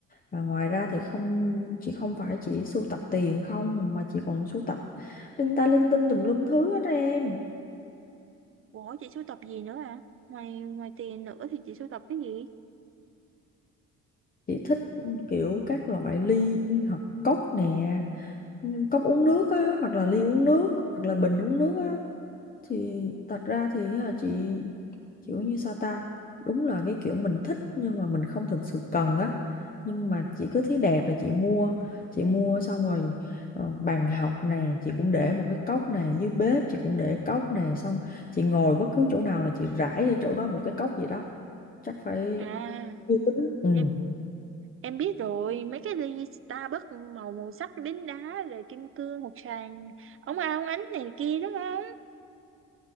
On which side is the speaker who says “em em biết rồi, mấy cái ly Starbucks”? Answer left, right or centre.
Right